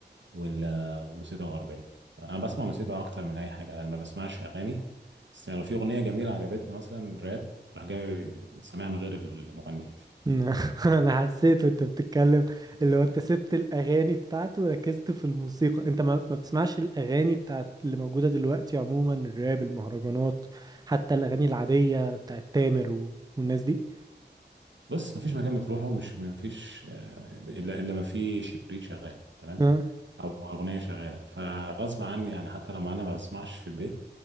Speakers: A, on the right; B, on the right.
A: وال- والموسيقى الغربية أنا بسمع موسيقى أكتر من أي حاجة أنا ما بسمعش أغاني بس لو في أغنية جميلة عجبتني مثلا راب راح جاي سامعها من غير المغني
B: <laughs> انا حسيت وانت بتتكلم اللي هو انت سبت الاغاني بتاعته وركزت في الموسيقى انت ما, ما بتسمعش الاغاني بتاعت اللي موجوده دلوقتي عموما الراب المهرجانات حتى الاغاني العاديه بتاعت تامر و... والناس دي
A: بص مفيش مكان بتروحه مش مفيش آه، إلا إلا ما في شريط شغال تمام
B: ها
A: أو أغنية شغالة فغصب عني يعني حتى لما أنا ما بسمعش في البيت